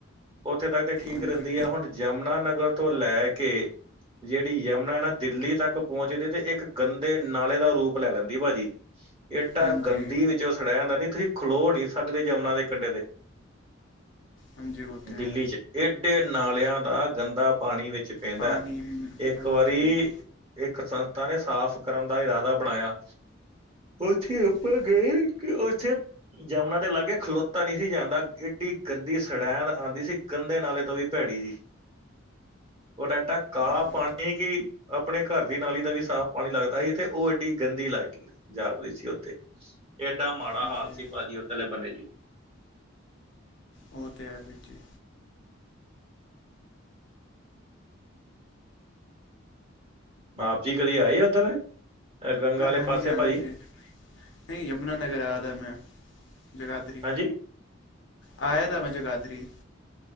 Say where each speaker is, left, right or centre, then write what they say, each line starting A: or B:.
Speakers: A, on the right (about 30°); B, on the left (about 65°).
A: ਉੱਥੇ ਤੱਕ ਤੇ ਠੀਕ
B: ਹਾਂਜੀ
A: ਰਹਿੰਦੀ ਹੈ ਹੁਣ। ਯਮੁਨਾ ਨਗਰ ਤੋਂ ਲੈ ਕੇ ਜਿਹੜੀ ਯਮੁਨਾ ਨਾ ਦਿੱਲੀ ਤੱਕ ਪਹੁੰਚਦੀ, ਤੇ ਇੱਕ ਗੰਦੇ ਨਾਲੇ ਦਾ ਰੂਪ ਲੈ ਲੈਂਦੀ ਭਾਜੀ ਏਡਾ
B: ਹਾਂਜੀ
A: ਗੰਦੀ ਵਿੱਚੋਂ ਸੜਿਆ ਜਾਂਦਾ, ਨਹੀਂ ਤੁਸੀਂ ਖਲੋ ਨਹੀਂ ਸਕਦੇ ਜਮੁਨਾ ਦੇ ਕੰਢੇ ਤੇ
B: ਹਾਂਜੀ ਉਹ ਤੇ
A: ਦਿੱਲੀ
B: ਹੈ
A: ਚ ਏਡੇ ਨਾਲਿਆਂ ਦਾ ਗੰਦਾ ਪਾਣੀ ਆਉਂਦਾ ਵਿੱਚ। ਪੈਂਦਾ
B: ਪਾਣੀ
A: ਇੱਕ
B: ਹਾਂਜੀ
A: ਵਾਰੀ
B: ਹਾਂਜੀ
A: ਇੱਕ ਸੰਸਥਾ ਨੇ ਸਾਫ਼ ਕਰਨ ਦਾ ਇਰਾਦਾ ਬਣਾਇਆ ਉੱਥੇ
B: ਹਾਂਜੀ
A: ਆਪਾ ਗਏ ਆ ਜੰਮਣਾ ਦੇ ਲਾਗੇ ਖਲੋਤਾ ਨਹੀਂ ਸੀ ਜਾਂਦਾ। ਏਡੀ ਗੰਦੀ ਸੜੈਂਦ ਆਉਂਦੀ ਸੀ, ਗੰਦੇ ਨਾਲੇ ਤੋਂ ਵੀ ਭੈੜੀ ਜਿਹੀ ਉਹਾ ਏਡਾ ਕਾਲਾ
B: ਹਾਂਜੀ
A: ਪਾਣੀ ਨਹੀਂ, ਕਿ ਆਪਣੇ ਘਰ ਦੀ ਨਾਲੀ ਦਾ ਵੀ ਸਾਫ਼ ਪਾਣੀ ਲੱਗਦਾ ਸੀ, ਤੇ ਉਹ ਏਡੀ ਗੰਦੀ ਲੱਗ ਗਈ। ਜਾਪਦੀ ਸੀ ਉੱਥੇ ਏਡਾ ਮਾੜਾ
B: ਹਾਂਜੀ ਉਹ
A: ਹਾਲ
B: ਤੇ
A: ਸੀ,
B: ਜੀ
A: ਭਾਜੀ। ਉਹੋਧਰਲੇ ਬੰਨੇ, ਜੀ।
B: ਉਹ ਤਾਂ ਹੈ ਵੀ, ਜੀ।
A: ਆਪ ਜੀ ਕਦੇ ਆਏ ਆ ਉੱਧਰ? ਗੰਗਾ ਵਾਲੇ
B: ਹਾਂਜੀ,
A: ਪਾਸੇ
B: ਹਾਂਜੀ!
A: ਭਾਜੀ
B: ਨਹੀਂ, ਯਮੁਨਾਨਗਰ ਆਂ। ਮੈਂ ਜਗਾਧਰੀ।
A: ਹਾਂਜੀ
B: ਆਇਆ ਤਾਂ ਮੈਂ ਜਗਾਧਰੀ